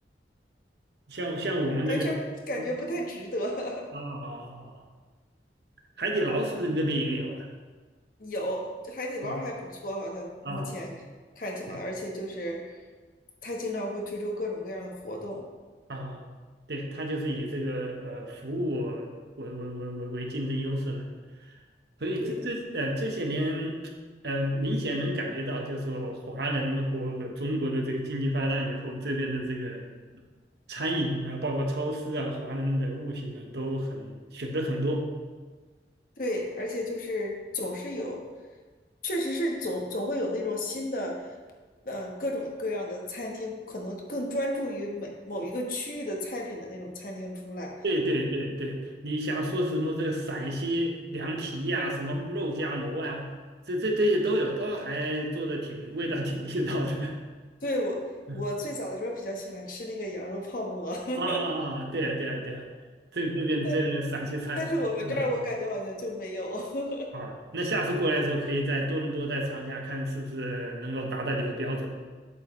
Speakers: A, on the right; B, on the left.
A: 像像我们那个，
B: 完全感觉不太值得。
A: 嗯啊、
B: <laughs>
A: 哦，海底捞是不是你那边也有啊？
B: 有海底捞还不错，
A: 啊
B: 好像目前看起来，
A: 啊啊
B: 而且就是它经常会推出各种各样的活动，
A: 啊，对，它就是以这个呃服务为为为为为竞争优势嘛，所以这这呃这些年，
B: 对
A: 呃明显能感觉到，就是说华人和中国的这个经济发展以后，这边的这个餐饮啊，包括超市啊，华人的物品呢、都很选择很多。
B: 对，而且就是总是有，确实是总总会有那种新的，嗯、各种各样的餐厅，可能更专注于每某一个区域的菜品的那种餐厅出来。
A: 对对对对，你想说什么这个陕西凉皮呀、什么肉夹馍啊，这这这些都有，都还做的挺味道挺地道的。
B: 对我，
A: <laughs>
B: 我最早的时候比较喜欢吃那个羊肉泡馍，
A: 啊啊啊！
B: <laughs>
A: 啊对啊对啊对，啊，这这边这边陕西菜没
B: 但但是我们这儿我感觉好像就没有。<laughs>
A: 啊，那下次过来的时候可以在多伦多再尝一下，看是不是能够达到你的标准。